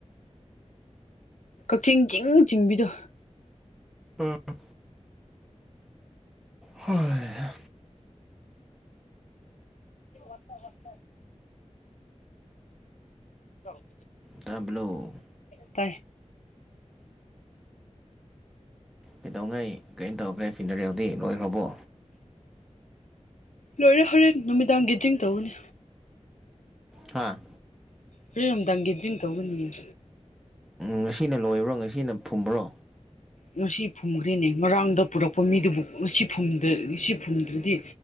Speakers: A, on the left; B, in the centre.
A: ꯀꯛꯆꯤꯡꯒꯤꯡ ꯆꯤꯡꯕꯤꯗꯣ
B: ꯑꯥ ꯍ ꯍ
A: <inaudible> ꯆꯠꯂꯦ
B: ꯇꯕ꯭ꯂꯣ
A: ꯇ
B: ꯀꯩꯗꯧꯉꯩ ꯀꯩꯅ ꯇꯧꯈ꯭ꯔꯦ ꯐꯤꯟꯅꯔꯦꯎꯗꯤ ꯂꯣꯏꯈ꯭ꯔꯕꯣ
A: ꯂꯣꯏꯔꯦ ꯍꯣꯔꯦꯟ ꯅꯨꯃꯤꯗꯥꯡ ꯒꯇ꯭ꯤꯡ ꯇꯧꯅꯤ
B: ꯍꯥꯥ
A: ꯄꯔꯣꯝꯇꯪꯒꯤ ꯗ꯭ꯔꯤꯡ ꯇꯧꯕꯒꯅꯤꯅꯦ
B: ꯉꯁꯤꯅ ꯂꯣꯏꯕ꯭ꯔꯣ ꯉꯁꯤꯅ ꯐꯨꯝꯕ꯭ꯔꯣ
A: ꯉꯁꯤ ꯐꯨꯝꯈ꯭꯭ꯔꯦꯅꯦ ꯉꯔꯥꯡꯗ ꯄꯨꯔꯛꯄ ꯃꯤꯗꯨꯕꯨ ꯉꯁꯤ ꯐ ꯉꯁꯤ ꯐꯨꯝꯗ꯭ꯔꯗꯤ